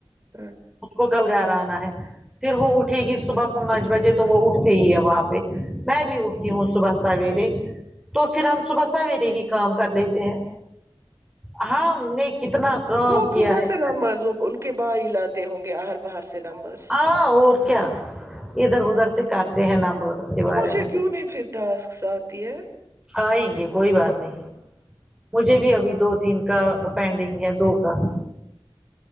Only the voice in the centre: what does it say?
اسکو کل گھر آنا ہے پھر وہ اٹھے گی صبح پانچ بجے تو وہ اٹھتے ہی ہے وہاں پہ میں بھی اٹھ تی ہوں صبح سویرے تو پھر ہم صبح سویرے ہی کام کر لیتے ہیں ہاں ہم نے کتنا کام
کیا
ہے
سوے
ہاں اور کیا ادھر ادھر سے کرتے ہیں نمبر کے بارے
میں
کچھ
آئیں گے کوئی بات نہیں مجھے بھی ابھی دو تین کا پینڈنگ ہے دو کا